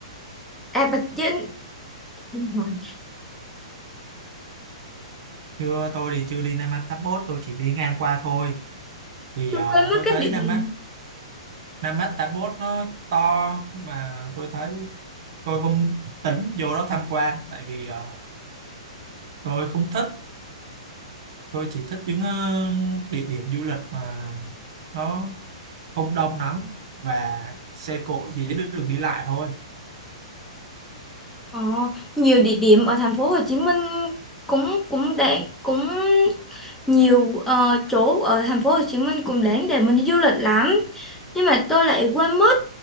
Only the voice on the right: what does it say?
Chưa tôi thì chưa đi Nam An Tháp Bốt, tôi chỉ đi ngang qua thôi. Thì
ờ,
tôi
thấy
Nam Nam Mách 81 nó to nhưng mà tôi thấy tôi không tính vô đó tham quan tại vì ờ, tôi không thích tôi chỉ thích những ờ, địa điểm du lịch mà nó không đông lắm và xe cộ dễ đường đi lại thôi